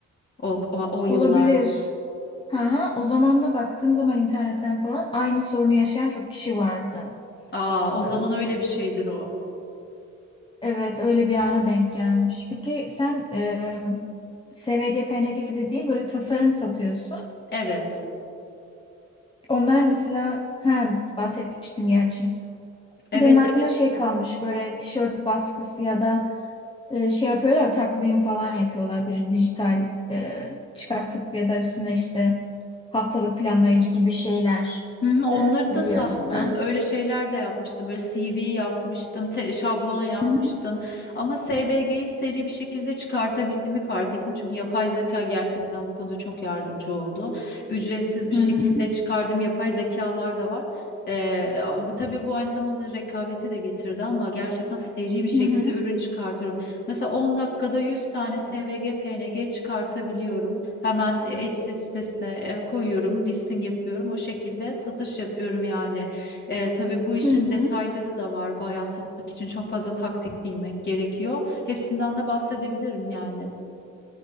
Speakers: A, on the left; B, on the left.
A: o, o, o yıllarda.
B: Olabilir. Ha ha. O zaman da baktığım zaman internetten falan aynı sorunu yaşayan çok kişi vardı.
A: Aa, o zaman
B: Ee,
A: öyle bir şeydir o.
B: Evet öyle bir ana denk gelmiş. Peki sen e, SVG, de değil böyle tasarım satıyorsun.
A: Evet.
B: Onlar mesela ha, bahsetmiştin gerçi.
A: Evet
B: Benim aklımda
A: evet
B: şey kalmış böyle tişört baskısı ya da e, şey yapıyorlar takvim falan yapıyorlar. Bir dijital e, çıkartıp ya da üstüne işte haftalık planlayıcı gibi şeyler
A: Hı hı, Onları
B: e, biliyordum
A: da sattım.
B: ben.
A: Öyle şeyler de yapmıştım. Böyle CV yapmıştım, te- şablon yapmıştım.
B: Hı hı.
A: Ama SVG'yi seri bir şekilde çıkartabildiğimi fark ettim. Çünkü yapay zeka gerçekten bu konuda çok yardımcı oldu. Ücretsiz bir
B: Hı
A: şekilde
B: hı.
A: çıkardığım yapay zekalar da var. Ee, ama tabii bu aynı zamanda rekabeti de getirdi ama gerçekten seri bir şekilde
B: Hı hı.
A: ürün çıkartıyorum. Mesela 10 dakikada 100 tane SVG, PNG çıkartabiliyorum. Hemen Etsy sitesine e, koyuyorum, listing yapıyorum. O şekilde satış yapıyorum yani. E, tabii bu işin
B: Hı hı.
A: detayları da var. Bayağı satmak için çok fazla taktik bilmek gerekiyor. Hepsinden de bahsedebilirim yani.